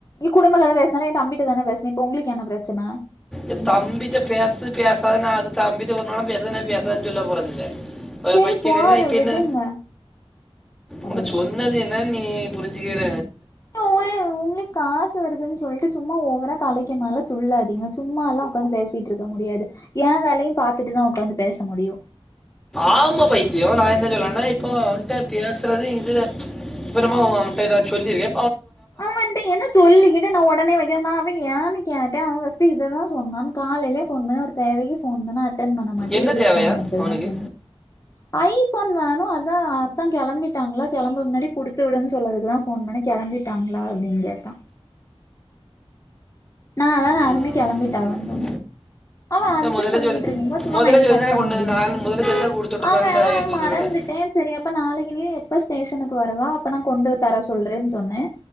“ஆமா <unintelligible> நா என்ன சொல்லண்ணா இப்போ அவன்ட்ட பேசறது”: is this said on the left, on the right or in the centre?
Centre